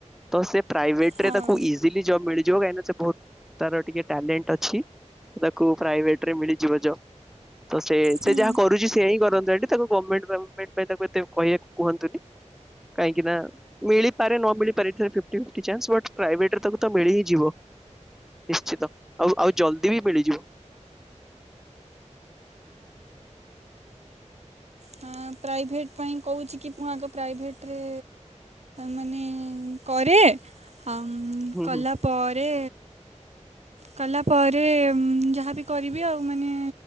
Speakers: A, in the centre; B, on the right.
A: ତ ସେ ପ୍ରାଇଭେଟରେ
B: ହଁ
A: ତାକୁ ଇଜିଲି ଜବ୍ ମିଳି ଯିବ କାଇଁ ନା ସେ ବହୁତ ତାର ଟିକେ ଟଲେଣ୍ଟ ଅଛି ତାକୁ ପ୍ରାଇଭେଟରେ ମିଳିଯିବ ଯବ୍। ସେ
B: ହୁଁ
A: ସେ ଯାହା କରୁଛି ସେଇଆ ହିଁ କରନ୍ତୁ ଆଣ୍ଟୀ ତାକୁ ଗମେଣ୍ଟ ତାକୁ ପାଇଁ ତାକୁ ଏତେ କହିବାକୁ କୁହନ୍ତୁନି କାହିଁକି ନା ମିଳିପାରେ ନ ମିଳିପାରେ ଏଥିରେ ଫିଫ୍ଟୀ ଫିଫ୍ଟି ଚାନସ ପ୍ରାଇଭେଟରେ ତାକୁ ତ ମିଳି ହିଁ ଯିବ ନିଶ୍ଚିତ ଆଉ ଆଉ ଜଲଦି ବି ମିଳିଯିବ।
B: ହଁ ପ୍ରାଇଭେଟ ପାଇଁ କହୁଛି କି ମୁଁ ଆଗ ପ୍ରାଇଭେଟରେ ମାନେ କରେ ଆମ
A: ହୁଁ
B: କଲା
A: ହୁଁ
B: ପରେ କଲା ପରେ ଯାହାବି କରିବି ଆଉ ମାନେ